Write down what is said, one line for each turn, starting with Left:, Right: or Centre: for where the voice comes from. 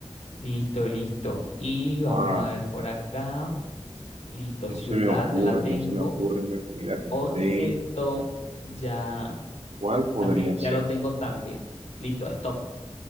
Left: Listo, listo. Y
Right: wow.
Left: vamos a ver por acá. Listo,
Right: No
Left: ciudad,
Right: se me ocurre,
Left: ya la tengo.
Right: no se me ocurre una comida con
Left: Objeto,
Right: D.
Left: ya
Right: ¿Cuál podría
Left: también,
Right: ser?
Left: ya lo tengo también. Listo, stop.